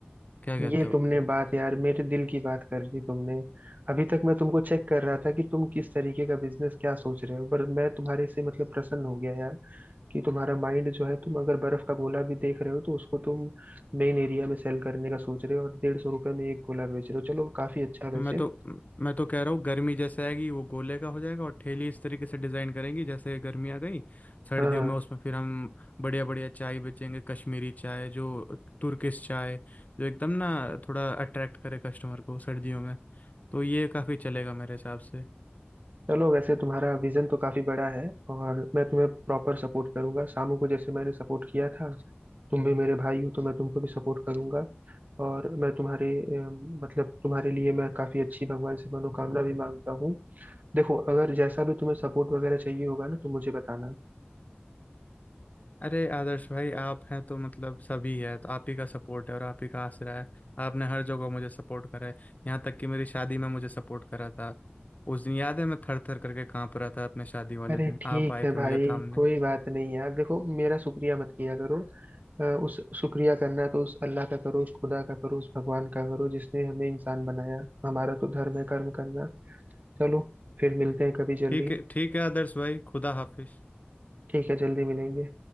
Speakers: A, on the left; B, on the right.
A: क्या कहते
B: ये
A: हो
B: तुमने बात यार मेरे दिल की बात कर दी तुमने अभी तक मैं तुमको चेक कर रहा था कि तुम किस तरीके का बिजनेस क्या सोच रहे हो पर मैं तुम्हारे से मतलब प्रसन्न हो गया यार कि तुम्हारा माइंड जो है तुम अगर बर्फ का गोला भी देख रहे हो तो उसको तुम मेन एरिया में सेल करने का सोच रहे हो और डेढ़ सौ रुपये में एक गोला बेच रहे हो चलो काफी अच्छा है वैसे
A: मैं तो मैं तो कह रहा हूँ गर्मी जैसे आएगी वो गोले का हो जाएगा और ठेली इस तरीके से डिजाइन करेंगी जैसे गर्मी आ गई सर्दियों
B: हाँ हाँ
A: में उसमें फिर हम बढ़िया बढ़िया चाय बेचेंगे कश्मीरी चाय जो तुर्किश चाय जो एकदम ना थोड़ा अट्रैक्ट करे कस्टमर को सर्दियों में तो ये काफ़ी चलेगा मेरे हिसाब से
B: चलो वैसे तुम्हारा विजन तो काफी बड़ा है और मैं तुम्हें प्रॉपर सपोर्ट करूंगा शामू को जैसे मैंने सपोर्ट किया था तुम भी मेरे भाई हो तो मैं तुमको भी सपोर्ट करूंगा और मैं तुम्हारे अ, मतलब तुम्हारे लिए मैं काफी अच्छी भगवान से मनोकामना भी मांगता हूँ देखो अगर जैसा भी तुम्हें सपोर्ट वगैरह चाहिए होगा ना तो मुझे बताना
A: अरे आदर्श भाई आप हैं तो मतलब सभी है तो आप ही का सपोर्ट है और आप ही का आसरा है आपने हर जगह मुझे सपोर्ट करा है यहाँ तक कि मेरी शादी में मुझे सपोर्ट करा था उस दिन याद है मैं थर थर करके कांप रहा था अपने शादी वाले
B: अरे
A: दिन
B: ठीक
A: आप आए
B: है
A: थे
B: भाई
A: मुझे थामने
B: कोई बात नहीं यार देखो मेरा शुक्रिया मत किया करो अ, उस शुक्रिया करना तो उस अल्लाह का करो उस खुदा का करो उस भगवान का करो जिसने हमें इंसान बनाया हमारा तो धर्म है कर्म करना चलो फिर मिलते हैं कभी जल्दी
A: ठीक है ठीक है आदर्श भाई खुदा हाफिज
B: ठीक है जल्दी मिलेंगे